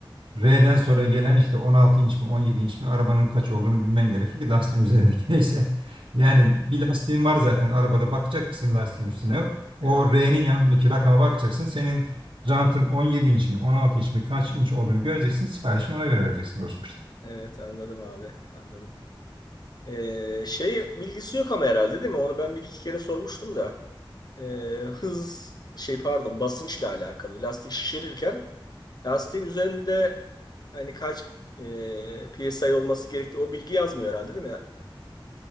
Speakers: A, on the right (about 80°); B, on the left (about 50°).
A: R'den sonra gelen işte 16 inç mi 17 inç mi arabanın kaç olduğunu bilmen gerekir ki lastiğin üzerindeki <laughs> neyse. Yani bir lastiğin var zaten arabada bakacaksın lastiğin üstüne. O
B: Evet,
A: R'nin yanındaki rakama bakacaksın. Senin jantın 17 inç mi 16 inç mi kaç inç olduğunu göreceksin. Siparişini ona göre vereceksin dostum. işte.
B: evet anladım abi, anladım. Ee, şey bilgisi yok ama herhalde değil mi? Onu ben bir iki kere sormuştum da. Ee, hız şey pardon basınçla alakalı. Lastik şişirirken lastiğin üzerinde hani kaç e, PSI olması gerektiği o bilgi yazmıyor herhalde değil mi?